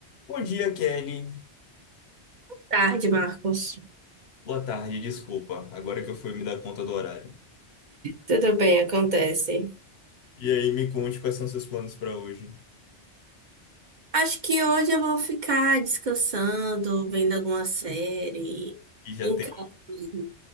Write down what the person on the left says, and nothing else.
Bom dia, Kelly.
Boa tarde, desculpa. Agora que eu fui me dar conta do horário.
E aí, me conte quais são seus planos pra hoje.
E já
tem,